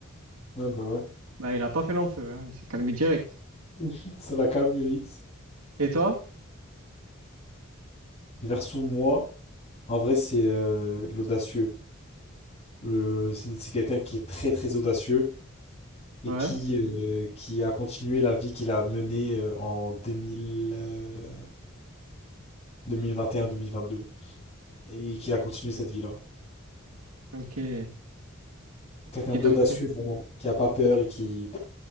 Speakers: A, on the left; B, on the right.
A: Ouais, bah ouais.
B: Bah, il a pas fait long feu, hein. Il s'est calmé direct.
A: <laughs> Ça l'a calmé vite.
B: Et toi?
A: Version moi, en vrai, c'est euh, l'audacieux. Le- C'est c'est quelqu'un qui est très très audacieux et
B: Ouais.
A: qui, euh, qui a continué la vie qu'il a menée euh, en 2000, euh, 2021-2022. Et qu'il a continué cette vie-là.
B: Ok. Et
A: Quelqu'un d'audacieux,
B: donc,
A: vraiment, qui a pas peur et qui,